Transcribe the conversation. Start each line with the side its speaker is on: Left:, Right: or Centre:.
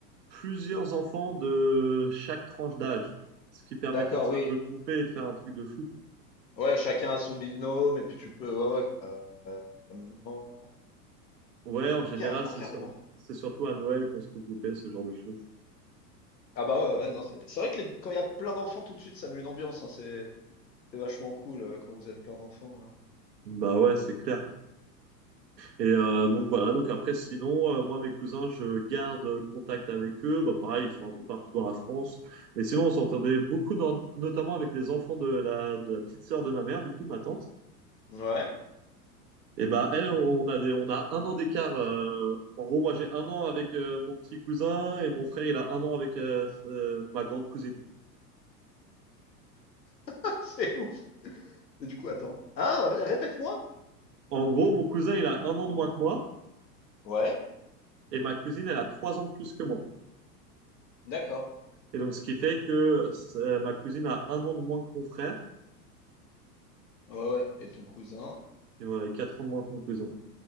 Right: plusieurs enfants de chaque tranche d'âge, ce qui permettait
Left: D'accord,
Right: de se
Left: oui.
Right: regrouper et de faire un truc de fou.
Left: Ouais, chacun a son binôme et puis tu peux, ouais, ouais, carrément,
Right: Ouais, en général,
Left: carrément,
Right: c'est
Left: carrément.
Right: sur- c'est surtout à Noël qu'on se regroupait, ce genre de choses.
Left: Ah bah ouais, ouais, non, c'est c'est vrai que les- quand il y a plein d'enfants tout de suite, ça met une ambiance, hein, c'est c'est vachement cool euh, quand vous êtes plein d'enfants. hein.
Right: Bah ouais, c'est clair. Et euh, donc
Left: Ah.
Right: voilà, donc après, sinon, euh, moi, mes cousins, je garde contact avec eux. Bah pareil, ils sont un peu partout dans la France. Mais sinon, on s'entendait beaucoup, dans- notamment avec les enfants de la, de la petite sœur de ma mère, du coup, ma tante.
Left: Ouais,
Right: Et bah elle, on a des, on a un an d'écart. euh, en gros, moi j'ai un an avec euh, mon petit cousin et mon frère il a un an avec euh, euh, ma grande cousine.
Left: <laughs> c'est ouf. Mais du coup, attends. Hein, répète-moi.
Right: En gros, mon cousin il a un an de moins que moi
Left: Ouais,
Right: et ma cousine elle a trois ans de plus que moi.
Left: d'accord.
Right: Et donc ce qui fait que euh, ma cousine a un an de moins que mon frère
Left: Ouais, ouais. Et ton cousin,
Right: et voilà, quatre ans de moins que mon cousin